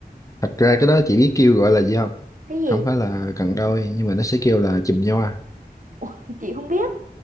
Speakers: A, on the left (about 20°); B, on the right (about 55°).
A: thật ra cái đó chị biết kêu gọi là gì không?
B: cái gì
A: Không phải là cần đôi nhưng mà nó sẽ kêu là chùm nho.
B: <laughs> Ủa, chị không biết